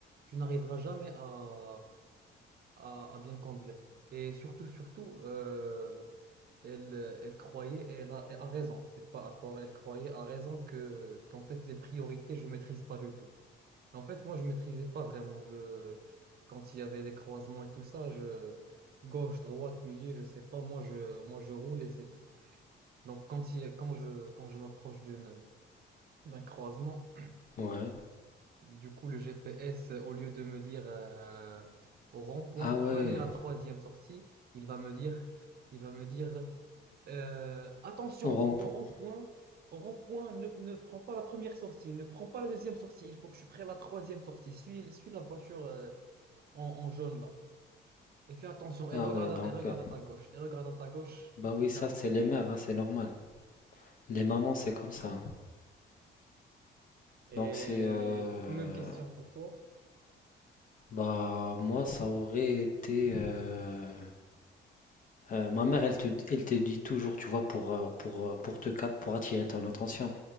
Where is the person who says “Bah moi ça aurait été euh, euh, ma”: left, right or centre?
Left